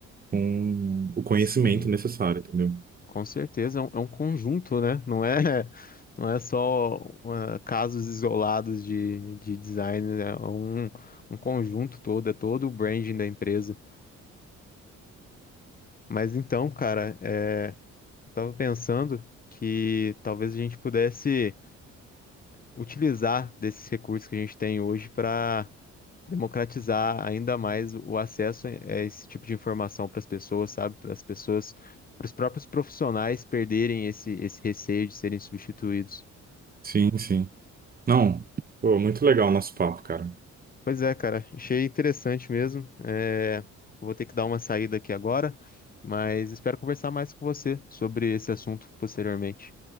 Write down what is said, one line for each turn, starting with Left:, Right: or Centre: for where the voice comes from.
Right: com o conhecimento
Left: Sim,
Right: necessário, entendeu?
Left: com certeza é um, é um conjunto, né? Não é, <laughs> não é só uh, casos isolados de, de design, né? É um, um conjunto todo, é todo o branding da empresa. Mas então, cara, é, eu tava pensando que talvez a gente pudesse utilizar desses recursos que a gente tem hoje para democratizar ainda mais o acesso eh, a esse tipo de informação para as pessoas, sabe? Para as pessoas, para os próprios profissionais perderem esse, esse receio de serem substituídos.
Right: Sim, sim. Não, pô, muito legal o nosso papo, cara.
Left: Pois é, cara, achei interessante mesmo. É, vou ter que dar uma saída aqui agora, mas espero conversar mais com você sobre esse assunto posteriormente.